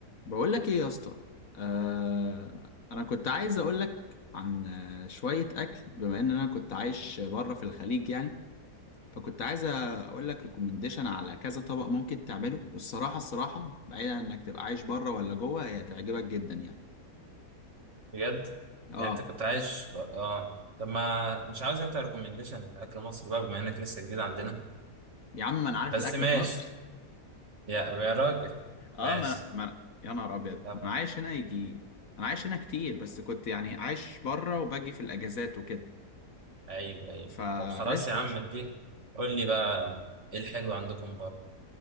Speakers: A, on the left; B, on the right.
A: بقول لك ايه يا اسطى آه انا كنت عايز اقول لك عن آه، شويه اكل بما ان انا كنت عايش بره في الخليج يعني فكنت عايز اقول لك ريكومنديشن على كذا طبق ممكن تعمله والصراحه الصراحه بعيدا عن انك تبقى عايش بره ولا جوه هي تعجبك جدا يعني
B: بجد
A: اه
B: يعني انت كنت عايش بقى. اه طب ما مش عاوز انت ريكومنديشن لاكل مصر بقى بما انك لسه جديد عندنا
A: يا عم ما انا عارف
B: بس
A: الاكل
B: ماشي
A: المصري
B: يا يا راجل
A: اه
B: ماشي
A: ما, ما يا نهار ابيض
B: طب
A: ما انا عايش هنا يجي انا عايش هنا كتير بس كنت يعني عايش بره وباجي في الاجازات وكده
B: ايوه ايوه
A: فقشطه
B: طب خلاص يا عم
A: قشطه
B: الدين قول لي بقى ايه الحلو عندكم بره